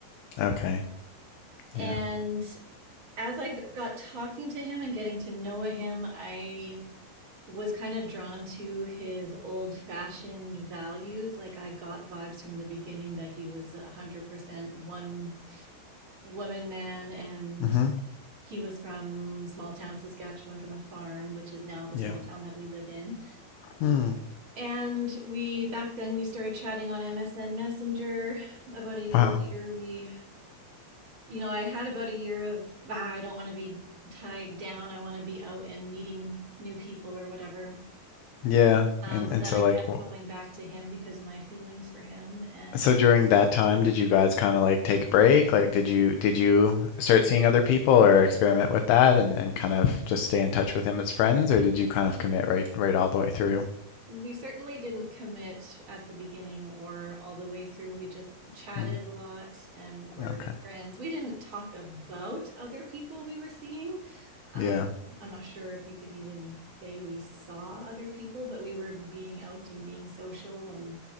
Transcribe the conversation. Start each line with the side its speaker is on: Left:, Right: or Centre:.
Left: Okay.
Right: and
Left: Yeah.
Right: as I got talking to him and getting to know him, I was kind of drawn to his old fashioned values. Like I got vibes from the beginning that he was a 100% one woman man and
Left: hmm
Right: he was from small town Saskatchewan from a farm, which is now the
Left: Yep.
Right: small town that we live in.
Left: Mm.
Right: And we back then we started chatting on MSN Messenger. About a year
Left: Wow.
Right: later, we you know, I had about a year of, ah, I don't want to be tied down. I want to be out and meeting new people or whatever.
Left: Yeah.
Right: Um,
Left: And
Right: but
Left: and
Right: then
Left: so
Right: I kept
Left: like wh-
Right: going back to him because of my feelings for him. And
Left: So during that time, did you guys kind of like take a break? Like, did you did you start seeing other people or experiment with that and and kind of just stay in touch with him as friends, or did you kind of commit right right all the way through?
Right: we certainly didn't commit at the beginning or all the way through. We just chatted
Left: Mm,
Right: a lot and were
Left: Okay.
Right: friends. We didn't talk about other people we were seeing. Um,
Left: Yeah.
Right: I'm not sure if you could even say we saw other people, but we were being out and being social and